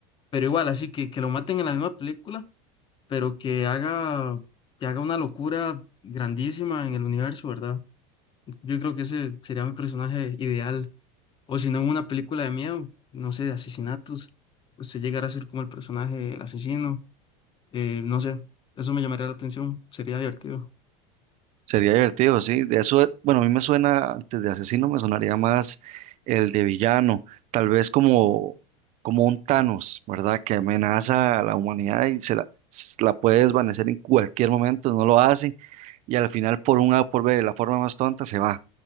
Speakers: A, on the left; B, on the right.
A: Pero igual, así que, que lo maten en la misma película, pero que haga, que haga una locura grandísima en el universo, ¿verdad? Yo creo que ese sería mi personaje ideal. O si no, en una película de miedo, no sé, de asesinatos, usted llegara a ser como el personaje, el asesino, eh, no sé, eso me llamaría la atención, sería divertido.
B: Sería divertido, sí. De eso, bueno, a mí me suena, antes de asesino, me sonaría más el de villano, tal vez como, como un Thanos, ¿verdad? Que amenaza a la humanidad y se la, s- la puede desvanecer en cualquier momento, no lo hace, y al final por un A o por B, de la forma más tonta, se va,